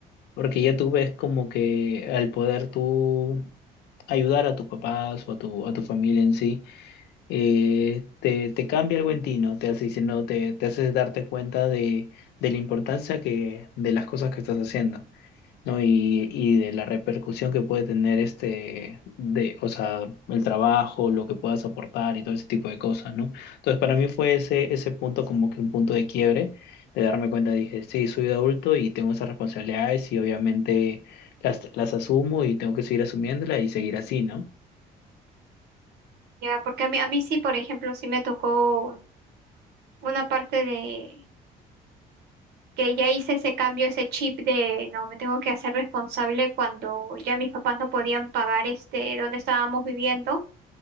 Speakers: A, on the left; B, on the right.
A: Porque ya tú ves como que al poder tú ayudar a tus papás o a tu, a tu familia en sí, eh, te, te cambia algo en ti, ¿no? Te hace diciendo, te, te haces darte cuenta de, de la importancia que, de las cosas que estás haciendo. ¿no? Y, y de la repercusión que puede tener este, de, o sea, el trabajo, lo que puedas aportar y todo ese tipo de cosas, ¿no? Entonces, para mí fue ese, ese punto como que un punto de quiebre, de darme cuenta, dije, sí, soy adulto y tengo esas responsabilidades y obviamente las, las asumo y tengo que seguir asumiéndolas y seguir así, ¿no?
B: Ya, porque a mí, a mí sí, por ejemplo, sí me tocó una parte de que ya hice ese cambio, ese chip de no, me tengo que hacer responsable cuando ya mis papás no podían pagar este donde estábamos viviendo